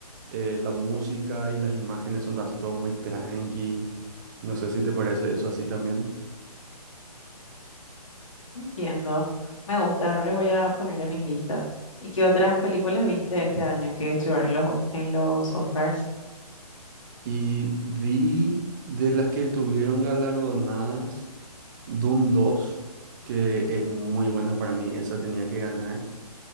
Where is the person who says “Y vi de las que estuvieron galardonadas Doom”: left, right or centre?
Right